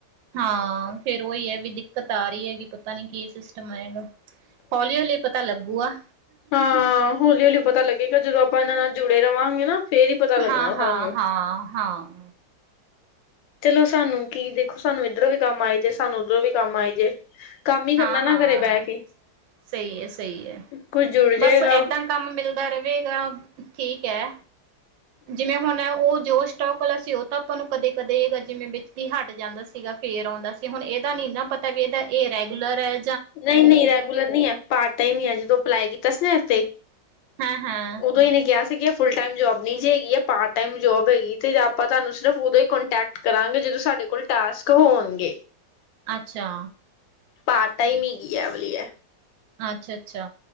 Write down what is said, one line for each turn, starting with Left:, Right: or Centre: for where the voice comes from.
Right: ਹਾਂ ਫੇਰ ਉਹੀ ਹੈ, ਵੀ ਦਿੱਕਤ ਆ ਰਹੀ ਹੈਗੀ, ਪਤਾ ਨੀ ਕੀ ਤੇ ਮ ਹੌਲੀ-ਹੌਲੀ ਪਤਾ ਲੱਗੋ। ਵਾਹ
Left: ਹਾਂ ਹੌਲੀ- ਹੌਲੀ ਪਤਾ ਲੱਗੇਗਾ ਜਦੋਂ ਆਪਾਂ ਇਹਨਾਂ ਨਾਲ ਜੁੜੇ ਰਵਾਂਗੇ ਨਾ। ਫੇਰ ਹੀ ਪਤਾ ਲੱਗਣਾ
Right: ਹਾਂ-
Left: ਸਾਨੂੰ
Right: ਹਾਂ -ਹਾਂ -ਹਾਂ।
Left: ਚਲੋ ਸਾਨੂੰ ਕੀ ਦੇਖੋ ਸਾਨੂੰ ਇੱਧਰੋਂ ਵੀ ਕੰਮ ਆਈ ਜੇ ਸਾਨੂੰ ਉੱਧਰੋਂ ਵੀ ਕੰਮ ਆਈ ਜੇ ਕੰਮ ਹੀ ਕਰਨਾ
Right: ਹਾਂ
Left: ਨਾ
Right: -ਹਾਂ
Left: ਘਰੇ ਬਹਿ ਕੇ
Right: ਸਹੀ ਹੈ -ਸਹੀ ਹੈ
Left: ਕੁੱਝ ਜੁੜ ਜਾਏਗਾ
Right: ਬਸ ਏਦਾਂ ਕੰਮ ਮਿਲਦਾ ਰਵੇਗਾ। ਠੀਕ ਏ। ਜਿਵੇਂ ਹੁਣ ਉਹ ਜੋ ਸਟੋਕ ਅਲਾ ਸੀ ਉਹ ਤਾਂ ਆਪਾਂ ਨੂੰ ਕਦੇ- ਕਦੇ ਜਿਵੇਂ ਵਿੱਚ ਹਟ ਜਾਂਦਾ ਸੀਗਾ। ਫੇਰ ਆਉਂਦਾ ਸੀ, ਹੁਣ ਇਹਦਾ ਨੀ ਨਾ ਪਤਾ ਵੀ ਇਹਦਾ ਇਹ ਰੈਗੂਲਰ ਐ।
Left: ਨਹੀਂ -ਨਹੀਂ ਰੈਗੂਲਰ ਨਹੀਂ ਹੈ, ਪਾਰਟ ਟਾਈਮ ਹੀ ਹੈ, ਜਦੋਂ ਅਪਲਾਈ <unintelligible> ਤਸ ਨਹੀਂ ਤੇ
Right: ਹਾਂ ਹਾਂ
Left: ਉਦੋਂ ਹੀ ਨੇ ਕਿਹਾ ਸੀ। ਫੁਲ ਟਾਈਮ ਜੋਬ ਨੀ ਜ ਹੈਗੀ ਆ ਪਾਰਟ ਟਮ ਜੋਬ ਹੈਗੀ ਤੇ ਆਪਾਂ ਤੁਹਾਨੂੰ ਸਿਰਫ ਓਦੋਂ ਹੀ ਕੋਂਟੈਕਟ ਕਰਾਂਗੇ ਜਦੋਂ ਸਾਡੇ ਕੋਲ ਟਾਸਕ ਹੋਣਗੇ।
Right: ਅੱਛਾ
Left: ਪਾਟ ਟਾਈਮ ਹੈਗੀ ਐਵਲੀ ਐ।
Right: ਅੱਛਾ -ਅੱਛਾ